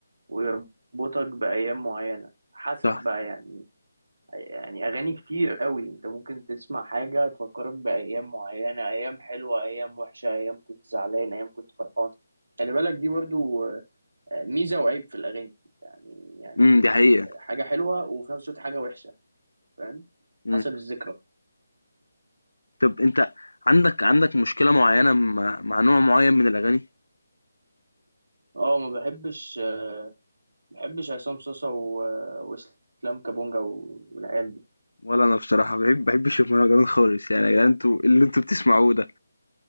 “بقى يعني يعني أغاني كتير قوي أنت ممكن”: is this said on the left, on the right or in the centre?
Right